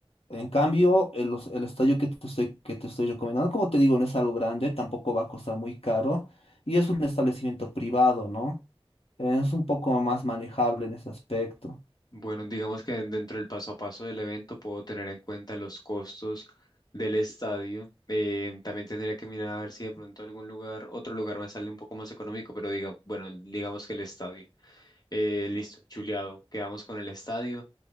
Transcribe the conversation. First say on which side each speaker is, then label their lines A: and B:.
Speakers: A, on the left; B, on the left.
A: En cambio, el, os- el estadio que te estoy, que te estoy recomendando, como te digo, no es algo grande, tampoco va a costar muy caro y es un establecimiento privado, ¿no? Es un poco más manejable en ese aspecto.
B: Bueno, digamos que dentro del paso a paso del evento puedo tener en cuenta los costos del estadio. Eh, también tendría que mirar a ver si de pronto algún lugar, otro lugar me sale un poco más económico, pero diga, bueno, digamos que el estadio. Eh, listo, chuleado. Quedamos con el estadio.